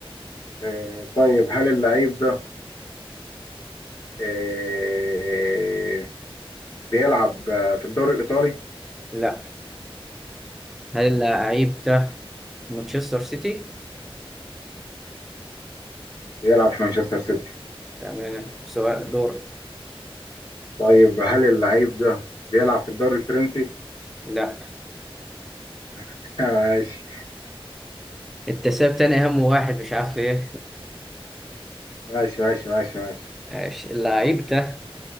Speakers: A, on the left (about 45°); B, in the centre.
A: آه طيب هل اللعيب ده آه بيلعب آه، في الدوري الايطالي
B: لا هل
A: ماشي
B: اللعيب ده مانشستر سيتي
A: بيلعب في مانشستر سيتي
B: تمام سؤال دور
A: طيب هل اللعيب ده بيلعب في الدوري الفرنسي؟
B: لا
A: <laughs> ماشي
B: انت ساب تاني اهم واحد مش عارف ليه
A: ماشي ماشي ماشي ماشي
B: ماشي اللعيب ده